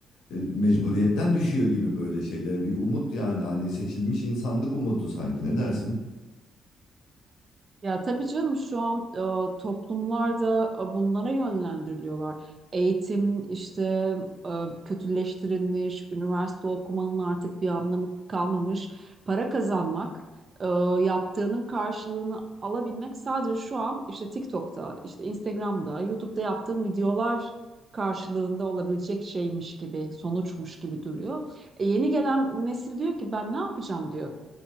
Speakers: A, on the left; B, on the right.
A: e, mecburiyetten düşüyor gibi böyle şeylere. Bir umut yani hani seçilmiş insanlık umutu sanki ne dersin?
B: Ya tabii canım şu an e, toplumlarda e, bunlara yönlendiriliyorlar. Eğitim işte e, kötüleştirilmiş, üniversite okumanın artık bir anlamı kalmamış. Para kazanmak, e, yaptığının karşılığını alabilmek sadece şu an işte TikTok'ta, işte Instagram'da, YouTube'da yaptığım videolar karşılığında olabilecek şeymiş gibi, sonuçmuş gibi duruyor. E, yeni gelen nesil diyor ki ben ne yapacağım diyor.